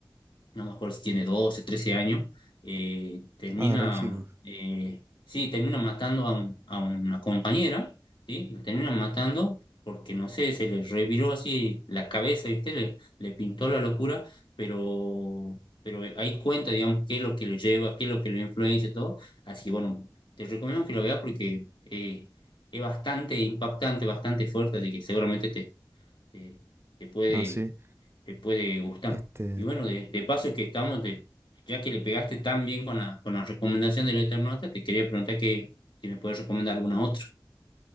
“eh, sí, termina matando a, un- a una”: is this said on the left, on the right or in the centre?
Left